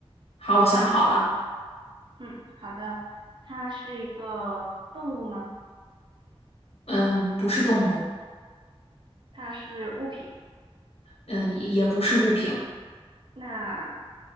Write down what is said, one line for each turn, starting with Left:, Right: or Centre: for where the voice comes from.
Left: 好，我想好了。
Right: 嗯，好的。它是一个动物吗？
Left: 嗯，不是动物，
Right: 它是物品。
Left: 嗯，也也不是物品，
Right: 那，